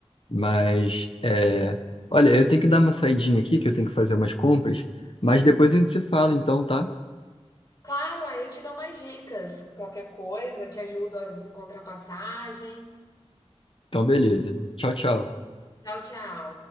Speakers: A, on the left; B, on the left.
A: Mas, é, olha, eu tenho que dar uma saidinha aqui, que eu tenho que fazer umas compras, mas depois a gente se fala, então, tá?
B: Claro, aí eu te dou mais dicas, qualquer coisa, eu te ajudo a encontrar passagem.
A: Então, beleza. Tchau, tchau.
B: Tchau, tchau.